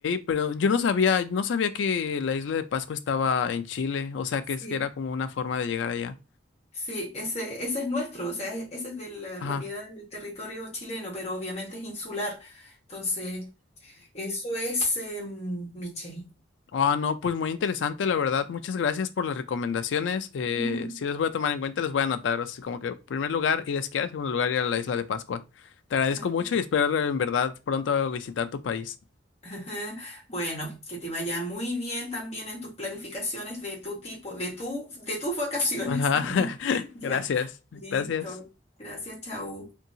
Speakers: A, on the left; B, on the left.
A: pero yo no sabía, no sabía que la isla de Pascua estaba en Chile, o sea,
B: Sí,
A: que es que era como una forma de llegar allá.
B: sí, ese, ese es nuestro, o sea, e- ese es de la
A: Ajá.
B: propiedad del territorio chileno, pero obviamente es insular. Entonces, Eso es, em, Michelle.
A: Ah, no, pues muy interesante, la verdad. Muchas gracias por las recomendaciones. Eh,
B: Ujú.
A: sí les voy a tomar en cuenta, les voy a anotar. Así como que, primer lugar, ir a esquiar, segundo lugar, ir a la isla de Pascua. Te agradezco
B: <laughs>
A: mucho y espero en verdad pronto visitar tu país.
B: Ajá. Bueno, que te vaya muy bien también en tus planificaciones de tu tipo, de tu, de tus vacaciones
A: Ajá,
B: <laughs> también.
A: <laughs>
B: Ya,
A: gracias,
B: listo.
A: gracias.
B: Gracias, chao.